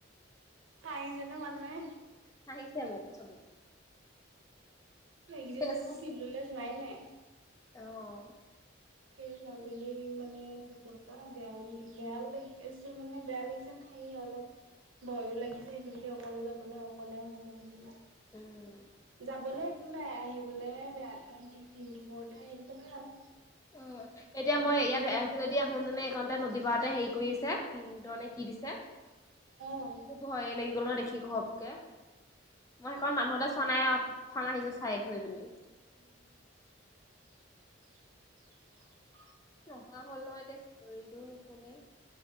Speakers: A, on the right; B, on the left.
A: হাহিঁচেনে মানুহে।
B: হাঁহিছে মোক চবে।
A: এইকেদিন
B: চেচ
A: যে মো ফিলডলৈ যোৱাই নাই।
B: অ'।
A: এই ছোৱালীজনী মানে ঢুকোৱা পা বেয়াও বেয়াও লাগি আছে মানে বেয়া লাগিছে ম সে অলপ ভয়ো লাগিছে সেইফালেদি অকলে যাবলৈ অকলে অহা যোৱা কৰিবলে।
B: উম।
A: যাবলৈ একো নাই আহিবলৈহে বেয়া আহ দিন দুপৰতে আহিবলৈ ভাল।
B: অ', এতিয়া
A: অলপ
B: মই
A: সন্ধিয়া
B: ইয়াত
A: হৈছে
B: এফালেদি
A: যে
B: আহোনতেনে এইখনতে নদী পাৰতে হেৰি কৰি আছে পিন্দ নে কি দিছে।
A: অ',
B: ভয়ে লাগি গ'ল ন দেখি ঘপকে মই সেই সকল মানুহলৈ চোৱা নাই আও টুফান আহিছো চাই থৈ পিনি
A: উ <unintelligible>
B: নহা হ'ল ন', এতিয়া ধৰিলো নুশুনে।